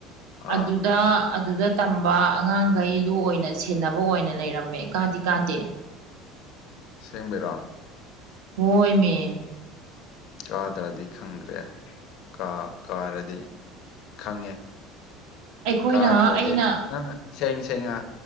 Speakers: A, on the left; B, on the right.
A: ꯑꯥ
B: ꯑꯗꯨꯗ ꯑꯗꯨꯗ ꯇꯝꯕ ꯑꯉꯥꯡꯈꯩꯗꯨ ꯑꯣꯏꯅ ꯁꯤ ꯈꯦꯅꯕ ꯑꯣꯏꯅ ꯂꯩꯔꯝꯃꯦ ꯀꯥꯗꯤ ꯀꯥꯗꯦ
A: ꯁꯦꯡꯕꯤꯔꯣ
B: ꯍꯣꯏꯃꯦ
A: ꯀꯥꯗ꯭ꯔꯗꯤ ꯈꯪꯗ꯭ꯔꯦ ꯀꯥ ꯀꯥꯔꯗꯤ ꯈꯪꯉꯦ
B: ꯑꯩꯈꯣꯏꯅ
A: ꯀꯥꯗ꯭ꯔꯗꯤ
B: ꯑꯩꯅ
A: ꯅꯪ ꯁꯦꯡ ꯁꯦꯡꯅ